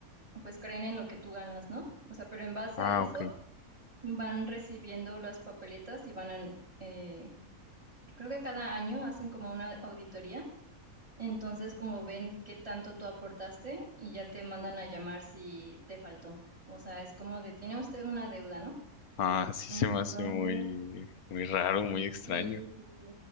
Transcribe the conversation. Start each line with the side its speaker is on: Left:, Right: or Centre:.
Right: pues creen en lo que tú ganas, ¿no? O sea, pero en base
Left: Ah,
Right: a eso
Left: ok.
Right: van recibiendo las papeletas y van a, eh, creo que cada año hacen como una auditoría, entonces como ven qué tanto tú aportaste y ya te mandan a llamar si te faltó. O sea, es como de, tiene usted una deuda, ¿no?
Left: Ah, sí
Right: Entonces,
Left: se me hace muy, muy raro, muy extraño.
Right: sí, sí, sí.